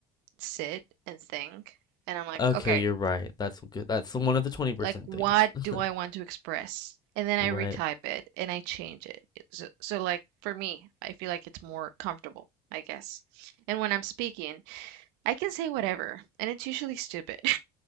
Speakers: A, on the right (about 60°); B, on the left (about 20°).
A: sit and think. And I'm like,
B: Okay,
A: okay,
B: you're right. That's good. That's one of the 20%
A: like what
B: things.
A: do
B: <laughs>
A: I want to express? And then I
B: Right.
A: retype it and I change it. So, so like for me, I feel like it's more comfortable, I guess. And when I'm speaking, I can say whatever, and it's usually stupid. <laughs>